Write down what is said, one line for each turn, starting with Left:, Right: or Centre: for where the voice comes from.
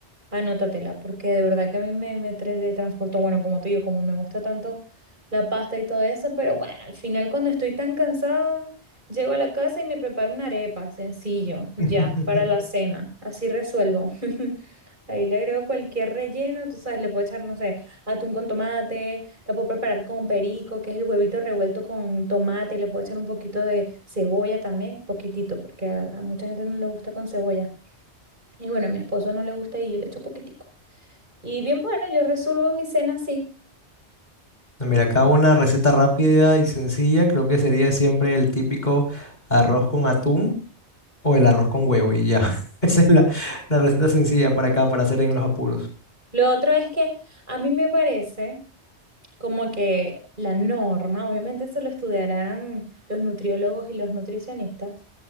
Right: anótatela, porque de verdad que a mí me, me transporto, bueno, como te digo, como me gusta tanto la pasta y todo eso, pero bueno, al final cuando estoy tan cansada, llego a la casa y me preparo una arepa, sencillo, ya,
Left: <laughs>
Right: para la cena. Así resuelvo. <laughs> Ahí le agrego cualquier relleno, tú sabes, le puedo echar, no sé, atún con tomate, la puedo preparar con perico, que es el huevito revuelto con tomate, le puedo echar un poquito de cebolla también, poquitito, porque a, a mucha gente no le gusta con cebolla. Y bueno, a mi esposo no le gusta y yo le echo poquitico. Y bien, bueno, yo resuelvo mi cena así.
Left: No, Mira, acá una receta rápida y sencilla, creo que sería siempre el típico arroz con atún o el arroz con huevo y ya. <laughs> Esa es la, la receta sencilla para acá, para hacer en los apuros.
Right: Lo otro es que a mí me parece como que la norma, obviamente eso lo estudiarán los nutriólogos y los nutricionistas,